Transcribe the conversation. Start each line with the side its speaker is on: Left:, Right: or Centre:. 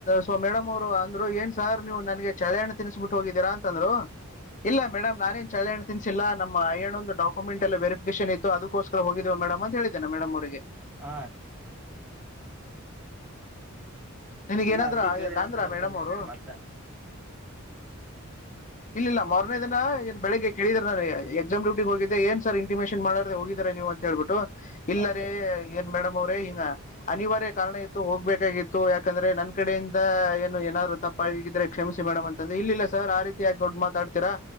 Left: ಸೊ ಮೇಡಮ್ ಅವರು ಅಂದ್ರು ಏನ್ ಸಾರ್ ನೀವು ನನ್ಗೆ ಚಳೆಯಾಣ ತಿನ್ಿಸಬಿಟ್ಟು ಹೋಗಿದ್ದೀರಾ ಅಂತಂದ್ರು ಇಲ್ಲ ಮೇಡಮ್ ನಾನೇನ್ ಚಳ್ಳೇಹಣ್ಣು ತಿನ್ಿಲ್ಲ ನಮ್ಮ ಮಾಯಣ್ಣದು ಡಾಕ್ಯುಮೆಂಟ್ಸ್ ಎಲ್ಲ ವೆರಿಫಿಕೇಶನ್ ಇತ್ತು ಅದಕ್ಕಸ್ಕ ಹೋಗಿದೀ ಮೇಡಮ ಅಂತ ಹೇಳಿದ್ದನೆ ಮೇಡಮ ಅವರಿಗೆ
Centre: ಆ
Left: ನಿನಗ
Centre: ಇಲ್ಲ
Left: ಏನಾದ್ರದ
Centre: ಅದಕ್ಕೆ ಕೇಳಿದ್ರ
Left: ಅಂದ್ರ
Centre: ಸರ್ ಅಂತಂದೆ
Left: ಮೇಡಮ್ ಅವರು
Centre: ನಿಮ್ಗೆ ಮತ್ತ
Left: ಇಲ್ಲಲ್ಲ ಮಾರನೇ ದಿನ ಏನ್ ಬೆಳಿಗ್ಗೆ ಕೇಳಿದ್ರ ನಾನ ಎಕ್ಸಾಮ್ ಹೋಗಿದ್ದೆ ಏನ್ ಸರ್ ಇಂಟಿಮೇಷನ್ ಮಾಡ್ದೆ ಹೋಗಿದಿರ ನೀವು ಅಂತ ಹೇಳ್ಬಿಟ್ಟು ಇಲ್ಲರೆ
Centre: ಹೌದ್ ಸರ್
Left: ಏನ್ ಮೇಡಮ್ ಅವ್ರೇ ಹಗ ಅನಿವಾರ್ಯ ಕಾರಣ ಇತ್ತು ಹೋಗ್ಬೇಕಾಗಿತ್ತು ಯಾಕಂದ್ರೆ ನನ್ ಕಡೆಯಿಂದ ಏನು ಏನಾದ್ೂ ತಪ್ಪಗಿದೆ ಕ್ಷಮಿಸಿ ಮೇಡಮ ಅಂತ್ರೆ ಇಲ್ಲ ಸರ್ ಆ ರೀತಿ ಯೆ ದೊಡ್ ಮಾತಾಡ್ತಾರೆ